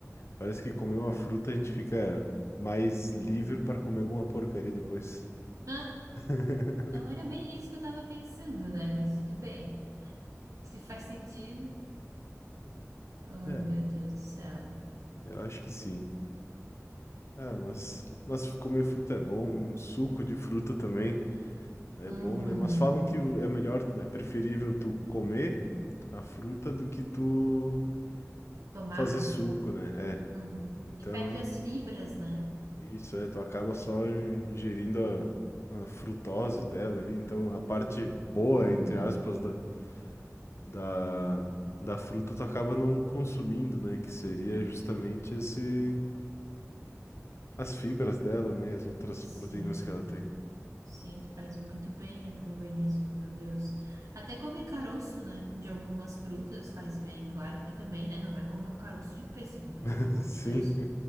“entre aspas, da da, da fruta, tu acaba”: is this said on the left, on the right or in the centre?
Left